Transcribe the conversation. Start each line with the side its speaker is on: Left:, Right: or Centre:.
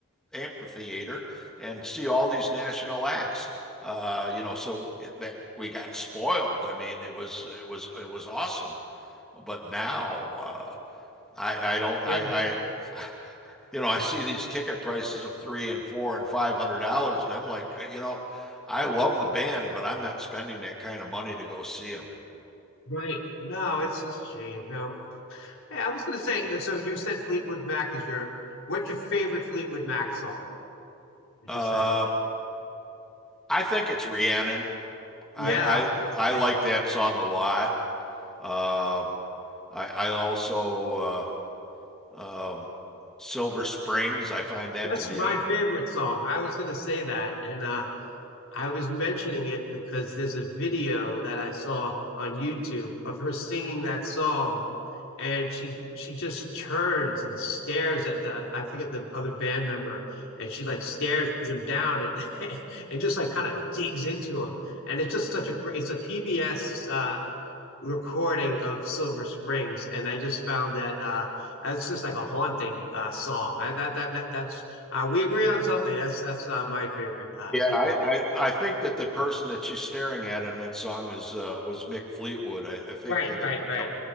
Centre: amphitheater and see all these national acts. Uh, you know, so it, that we got spoiled. I mean, it was it was it was awesome. But now uh, I I don't
Left: Yeah,
Centre: I I <laughs> you know I see these ticket prices of three and four and five hundred dollars, and I'm like, uh, you know, I love the band, but I'm not spending that kind of money to go see them.
Left: right. No, it's just a shame. You know, hey, I was gonna say, so you said Fleetwood Mac is your what's your favorite Fleetwood Mac song? Would
Centre: Uh,
Left: you say?
Centre: I think it's Rhiannon. I
Left: Yeah,
Centre: I
Left: that's
Centre: I
Left: a great
Centre: like
Left: one.
Centre: that song a lot. Um, I I also uh, um, Silver Springs. I find that
Left: That's
Centre: to be
Left: my
Centre: a
Left: favorite song. I was gonna say that, and uh, I was mentioning it because there's a video that I saw on YouTube of her singing that song and she she just turns and stares at the I forget the other band member, and she like stares him down and <laughs> and just like kind of digs into him, and it's just such a great it's a PBS uh, recording of Silver Springs, and I just found that uh, that's just like a haunting uh, song. That that that, that that's uh, we agree on something. That's that's uh, my favorite uh,
Centre: Yeah,
Left: Fleetwood
Centre: I,
Left: Mac.
Centre: I, I think that the person that she's staring at in that song is uh, was Mick Fleetwood. I, I think
Left: Right,
Centre: that
Left: right,
Centre: at,
Left: right,
Centre: at